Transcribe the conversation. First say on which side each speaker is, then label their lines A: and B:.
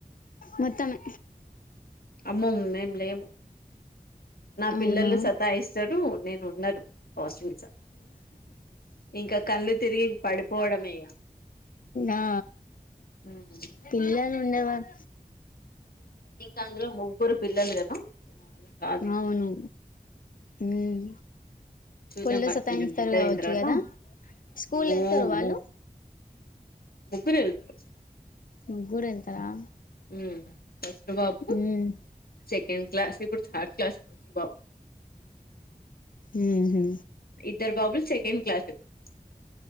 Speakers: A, on the left; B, on the left.
A: మొత్తమే
B: అమ్మో మేం లేము నా
A: అవునా
B: పిల్లలు సతాయిస్తారు నేను ఉన్నాను పోస్టింగ్స్ ఆ ఇంకా కళ్ళు తిరిగి పడిపోవడమే ఇగ
A: ఆ
B: మ్మ్
A: పిల్లలు ఉండేవాల్
B: ఇంకా అందులో ముగ్గురు పిల్లలు కదు నావల్ల కాదిగా
A: అవును మ్మ్
B: చూద్దాం
A: ఫుల్
B: వాళ్ళు
A: సతాయిస్తారు
B: కొంచెం పెద్ద అయిన
A: కావచ్చు
B: తర్వాత
A: కదా స్కూల్
B: ఓహ్మ్
A: వెళ్తారు వాళ్ళు
B: ముగ్గురు వెళ్తారు
A: ముగ్గురు వెళ్తారా
B: ఉమ్ ఫస్ట్ బాబు
A: మ్మ్
B: సెకండ్ క్లాస్ ఇప్పుడు థర్డ్ క్లాస్ ఫస్ట్ బాబ్
A: ఉమ్ హు
B: ఇద్దర్ బబులు సెకండ్ క్లాస్ ఇప్పుడు